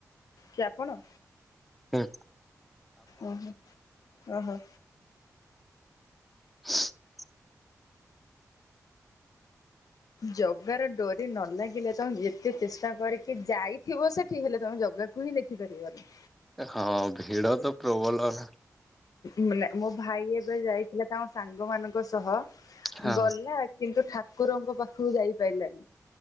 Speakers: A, on the left; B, in the centre.
A: କିଏ ଆପଣ?
B: ହୁଁ।
A: ଓ ହୋ ଓହୋ।
B: ହଁ।
A: ଜଗାର ଡରି ନ ଲାଗିଲେ ତମେ ଯେତେ ଚେଷ୍ଟା କରିକି ଯାଇଥିବ ସେଠି ହେଲେ ତମେ ଜଗା କୁ ହିଁ ଦେଖିପାରିବନି।
B: ହଁ ଭିଡ ତ ପ୍ରବଲ ନା।
A: ମାନେ ମୋ ଭାଇ ଏବେ ଯାଇଥିଲା ତାଙ୍କ ସାଙ୍ଗ ମାନଙ୍କ ସହ
B: ହଁ
A: ଗଲା କିନ୍ତୁ ଠାକୁରଙ୍କ ପାଖକୁ ଯାଇପାରିଲାନି।